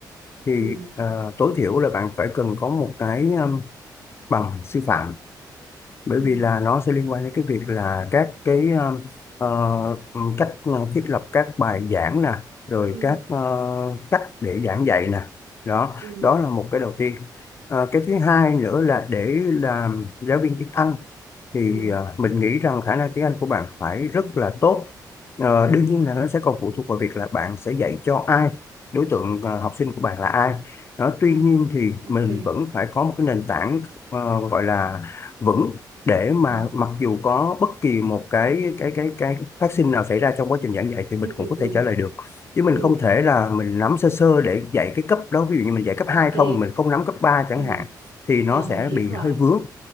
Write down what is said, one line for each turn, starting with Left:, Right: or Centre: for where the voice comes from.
Left: thì
Right: Ừ,
Left: à, tối thiểu là bạn phải cần có một cái um, bằng sư phạm bởi
Right: ừ,
Left: vì là nó sẽ liên quan đến cái việc là các cái um, ờ, ừm, cách uh, thiết lập các bài giảng nè rồi
Right: ừ,
Left: các ờ, cách để giảng dạy nè đó
Right: ừ,
Left: đó là một cái đầu tiên Ờ, cái thứ hai nữa là để làm giáo viên tiếng Anh thì
Right: ừ,
Left: à, mình nghĩ rằng khả năng tiếng Anh của bạn phải rất là tốt. Ờ,
Right: ừ,
Left: đương nhiên là nó sẽ còn phụ thuộc vào việc là bạn sẽ dạy cho ai, đối tượng à, học sinh của bạn là ai. Đó, tuy
Right: à,
Left: nhiên thì mình
Right: ok,
Left: vẫn phải có một cái nền tảng ờ, gọi là vững để mà
Right: ờ,
Left: mặc dù có bất kỳ một cái cái cái cái phát sinh nào xảy ra trong quá trình giảng dạy thì
Right: ừ,
Left: mình cũng
Right: ừ,
Left: có
Right: ừ,
Left: thể trả lời được. Chứ mình
Right: ừ.
Left: không thể là mình nắm sơ sơ để dạy cái cấp đó, ví dụ như mình dạy cấp
Right: Ok.
Left: 2 không, mình không nắm cấp 3 chẳng
Right: Ừ.
Left: hạn thì nó
Right: Ờ,
Left: sẽ
Right: mình hiểu
Left: bị
Right: rồi.
Left: hơi vướng